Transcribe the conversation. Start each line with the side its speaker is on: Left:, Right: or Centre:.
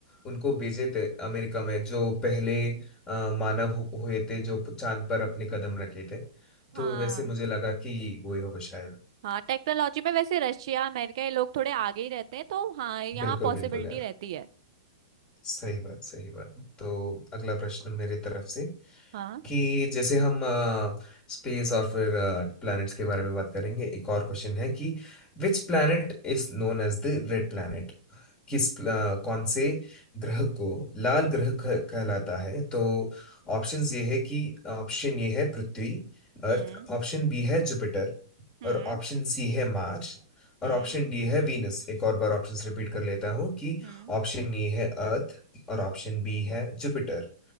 Left: उनको भेजे थे अमेरिका में जो पहले अ, मानव हु- हुए थे जो चांद पर अपने कदम रखे थे
Right: हाँ
Left: तो वैसे मुझे लगा कि वो ही होगा शायद
Right: हाँ टेक्नोलॉजी में वैसे रशिया अमेरिका ये लोग थोड़े आगे ही रहते हैं तो हाँ यहाँ
Left: बिल्कुल
Right: पॉसिबिलिटी
Left: बिल्कुल यार
Right: रहती है
Left: सही बात सही बात तो अगला प्रश्न मेरी तरफ से
Right: हाँ
Left: कि जैसे हम स्पेस और फिर प्लैनेट्स के बारे में बात करेंगे एक और क्वेश्चन है कि which planet is known as the red planet किस प्ला- कौन से ग्रह को लाल ग्रह कह- कहलाता है तो ऑप्शंस ये है कि ऑप्शन ये है पृथ्वी अर्थ
Right: हम्म
Left: ऑप्शन बी है जुपिटर
Right: हम्म
Left: और ऑप्शन सी है मार्स और
Right: हम्म
Left: ऑप्शन डी है वीनस एक और बार ऑप्शंस रिपीट कर लेता हूँ कि
Right: हम्म
Left: ऑप्शन ए है अर्थ और ऑप्शन बी है जुपिटर